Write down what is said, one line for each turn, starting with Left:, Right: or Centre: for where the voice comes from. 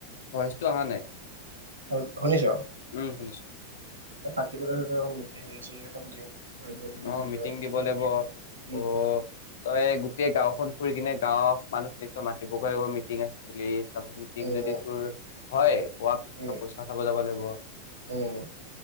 Left: ভৈইজটো অহা নাই।
Right: অ' শুনিছ?
Left: উম', শুনিছো।
Right: পাতিবলৈঁ ধৰ হেৰি চিৰি এখন দিওঁ। ধৰি লওক এইটো কি
Left: অ',
Right: বুলি
Left: মিটিং
Right: কয়
Left: দিব লাগিব
Right: উম,
Left: অ' তই গোটেই গাঁওখন ফুৰি কিনে গাঁওৰ মানুহখিনিক তই মাতিবগৈ লাগিব মিটিং আছে বুলি। তাৰপিছত মিটিং
Right: উম,
Left: যদি তোৰ হয়। হোৱাৰ পিছত
Right: উম,
Left: পইচা উঠাব যাব লাগিব।
Right: উম',।